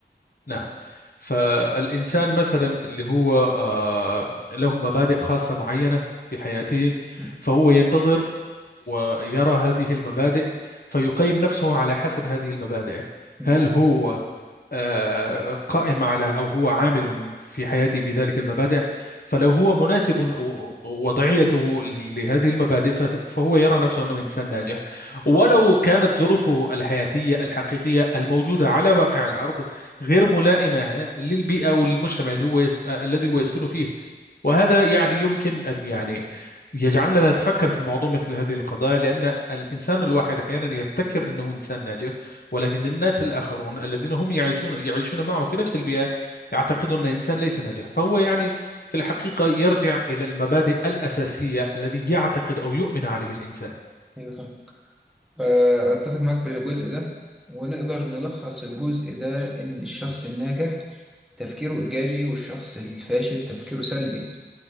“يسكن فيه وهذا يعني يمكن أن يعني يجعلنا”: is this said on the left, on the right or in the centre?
Left